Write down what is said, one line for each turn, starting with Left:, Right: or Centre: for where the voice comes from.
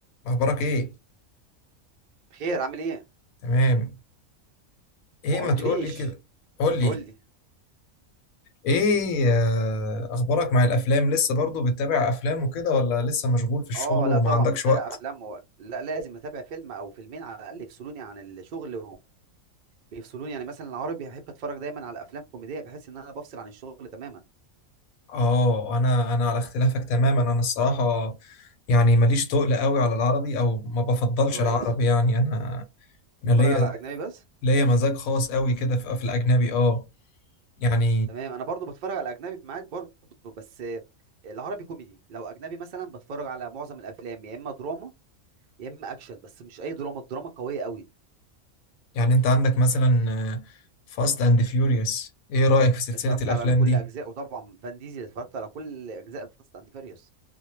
Left: اخبارك ايه
Right: بخير عامل ايه
Left: تمام ايه
Right: ما
Left: ما
Right: قلتليش
Left: تقول لي كده قول لي
Right: قول لي
Left: ايه آه، اخبارك مع الافلام لسه برضو بتتابع افلام وكده ولا لسه مشغول في الشغل
Right: اه
Left: وما
Right: لا طبعا
Left: عندكش
Right: بتابع
Left: وقت
Right: افلام و... لا لازم اتابع فيلم او فيلمين على الاقل يفصلوني عن الشغل وبيفصلوني يعني مثلا العربي بحب اتفرج دايما على افلام كوميديه بحس ان انا بفصل عن الشغل تماما
Left: اه انا انا على اختلافك تماما انا الصراحة يعني ماليش تقل قوي على العربي او ما بفضلش
Right: كويس
Left: العربي يعني انا انا
Right: بتتفرج
Left: ليا
Right: على اجنبي بس
Left: ليا مزاج خاص قوي كده في في الاجنبي اه يعني
Right: تمام انا برضو بتفرج على اجنبي معاك برضو بس العربي كوميدي لو اجنبي مثلا بتفرج على معظم الافلام يا اما دراما يا اما اكشن بس مش اي دراما الدراما قويه قوي
Left: يعني انت عندك مثلا فاست اند فيوريوس ايه رأيك في سلسلة
Right: اتفرجت
Left: الافلام
Right: على كل
Left: دي
Right: اجزاء وطبعا فان ديزل اتفرجت على كل اجزاء فاست اند فيريوس